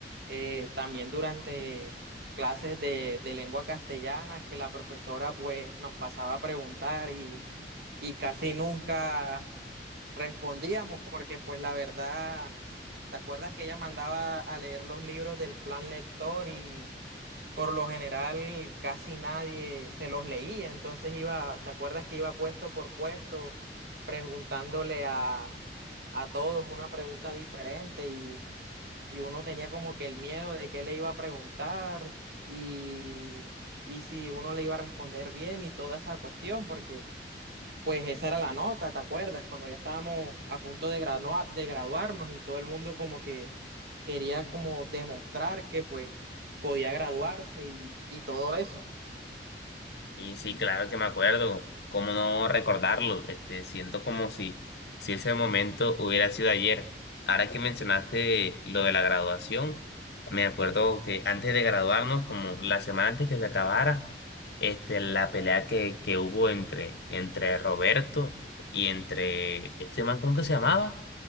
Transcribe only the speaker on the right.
eh, también durante clases de, de lengua castellana que la profesora pues nos pasaba a preguntar y, y casi nunca Respondíamos porque pues la verdad, ¿te acuerdas que ella mandaba a leer los libros del plan lector y por lo general casi nadie se los leía? Entonces iba, ¿te acuerdas que iba puesto por puesto preguntándole a, a todos una pregunta diferente y, y uno tenía como que el miedo de qué le iba a preguntar y, y si uno le iba a responder bien y toda esa cuestión porque pues esa era la nota, ¿te acuerdas? Cuando ya estábamos a punto de, granua- de graduarnos y todo el mundo como que quería como demostrar que pues podía graduarse y, y todo eso.